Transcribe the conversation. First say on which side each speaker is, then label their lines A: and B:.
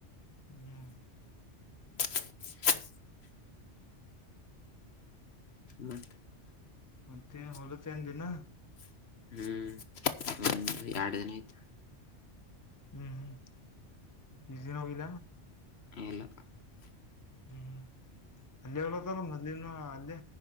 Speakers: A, on the left; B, on the left.
A: ಹ್ಮ್
B: <inaudible> ಮಾತೆ ಹ್ಮ್
A: ಮತ್ತೆ
B: ಮಾತೆ
A: ಹೊಲತೇನ್ ದಿನ
B: <unintelligible> ಹ್ಮ್ ಒಂದು ಎಡು ದಿನ ಆಯ್ತು
A: ಹ್ಮ್ ಹ್ಮ್ ಇಜಾ ಹೋಗಿಲ್ಲ ಎನ್
B: ಇಲ್ಲ
A: ಹ್ಮ್ ಅಲ್ಲಿ ಹಲತ್ತಲ್ಲ ಮಲಿನ ಅಲ್ಲೇ